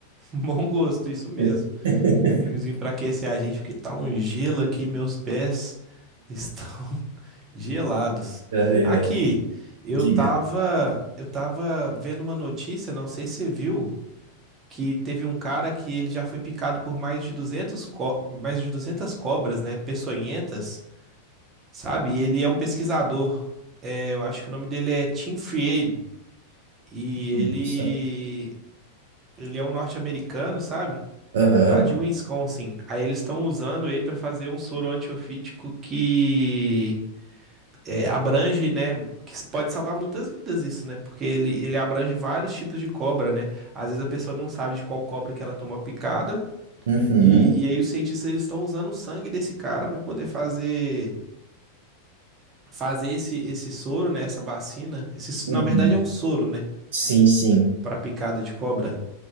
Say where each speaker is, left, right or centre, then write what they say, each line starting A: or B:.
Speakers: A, on the right; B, on the right.
A: Bom gosto, isso mesmo.
B: <laughs>
A: Um vinhozinho pra aquecer a gente, porque tá um gelo aqui, meus pés estão <laughs> gelados.
B: Ai,
A: Aqui,
B: ai.
A: eu
B: Diga.
A: tava, eu tava vendo uma notícia, não sei se você viu, que teve um cara que ele já foi picado por mais de 200, co- mais de 200 cobras, né, peçonhentas, sabe? E ele é um pesquisador. É, eu acho que o nome dele é Tim Fried. E ele
B: Nossa.
A: Ele é um norte-americano, sabe?
B: Aham.
A: Lá de Wisconsin. Aí eles estão usando ele para fazer um soro antiofídico que é, abrange, né? Que pode salvar muitas vidas isso, né? Porque ele, ele abrange vários tipos de cobra, né? Às vezes a pessoa não sabe de qual cobra que ela tomou a picada.
B: Uhum.
A: E, e aí os cientistas eles estão usando o sangue desse cara para poder fazer fazer esse, esse soro, né? Essa vacina. Esse, s-
B: Uhum.
A: na verdade é um soro, né?
B: Sim, sim.
A: Para picada de cobra.